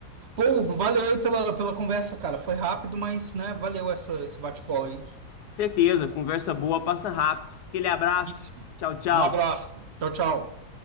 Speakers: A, on the right; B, on the left.
A: Pô, valeu aí pela, pela conversa, cara. Foi rápido, mas, né, valeu essa, esse bate-bola aí.
B: Certeza, conversa boa, passa rápido. Aquele abraço.
A: E
B: Tchau, tchau.
A: Um abraço. Tchau, tchau.